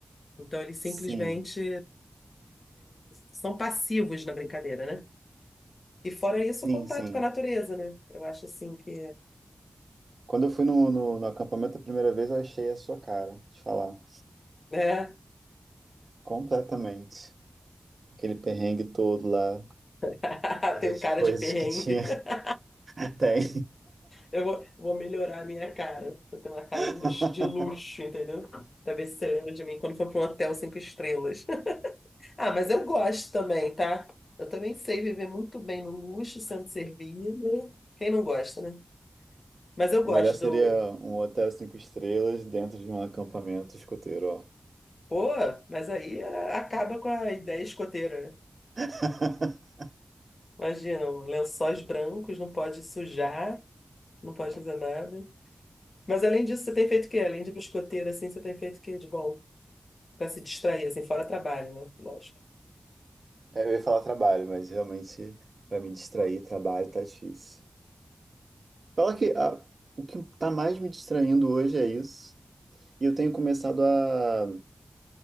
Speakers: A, on the left (about 70°); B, on the right (about 65°).
A: Então eles simplesmente
B: sim,
A: são passivos na brincadeira, né? E fora isso,
B: sim,
A: o contato
B: sim.
A: com a natureza, né? Eu acho assim que,
B: Quando eu fui no, no, no acampamento a primeira vez, eu achei a sua cara, te falar.
A: né?
B: Completamente. Aquele perrengue todo lá,
A: <laughs>
B: todas
A: Tenho cara
B: as coisas
A: de perrengue.
B: que tinha,
A: <laughs>
B: <laughs> tem.
A: Eu vou, vou melhorar a minha cara. Eu tenho uma cara
B: <laughs>
A: de luxo, de luxo, entendeu? Pra ver se você lembra de mim quando for para um hotel cinco estrelas. <laughs> Ah, mas eu gosto também, tá? Eu também sei viver muito bem no luxo, sendo servido. Quem não gosta, né? Mas eu
B: O
A: gosto
B: melhor seria
A: do.
B: um hotel cinco estrelas dentro de um acampamento escoteiro, ó.
A: Pô, mas aí era- acaba com a ideia escoteira, né?
B: <laughs>
A: Imagina, um lençóis brancos, não pode sujar. Não pode fazer nada. Mas além disso, você tem feito o quê? Além de biscoteiro, assim, você tem feito o quê de bom? Pra se distrair, assim, fora trabalho, né? Lógico.
B: É, eu ia falar trabalho, mas realmente para me distrair, trabalho tá difícil. Fala que ah, o que tá mais me distraindo hoje é isso. E eu tenho começado a